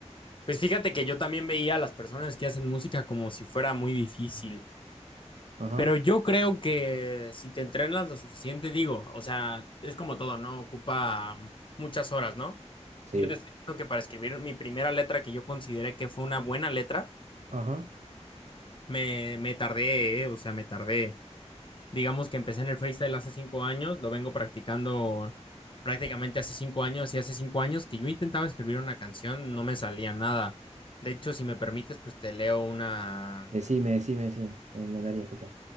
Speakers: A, on the left; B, on the right.
A: Pues fíjate que yo también veía a las personas que hacen música como si fuera muy difícil.
B: Ajá,
A: Pero yo creo que si te entrenas lo suficiente, digo, o sea, es como todo, ¿no? Ocupa muchas horas, ¿no?
B: sí,
A: Yo te estoy diciendo que para escribir mi primera letra, que yo consideré que fue una buena letra,
B: ajá.
A: Me, me tardé, eh, o sea, me tardé. Digamos que empecé en el freestyle hace cinco años, lo vengo practicando prácticamente hace cinco años y hace cinco años que yo intentaba escribir una canción, no me salía nada. De hecho, si me permites, pues te leo una,
B: Decime, decime, decime. Me encantaría escuchar.